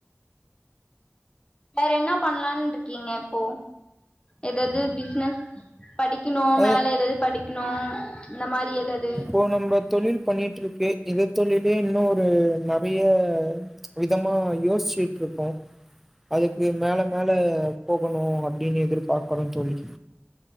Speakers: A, on the left (about 20°); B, in the centre.
A: வேற என்ன பண்லான்ருக்கீங்க இப்போ எதாது பிஸ்னஸ் படிக்கணு
B: அ
A: மேல எதாது படிக்கணு இந்த மாரி ஏதாது
B: இப்ப நம்ம தொழில் பண்ணிட்ருக்கு இந் தொழிலே இன்னு ஒரு நெறைய விதமா யோச்சிட்ருக்கோ அதுக்கு மேல மேல போகணு அப்டின்னு எதிர் பார்க்குறோ தோழி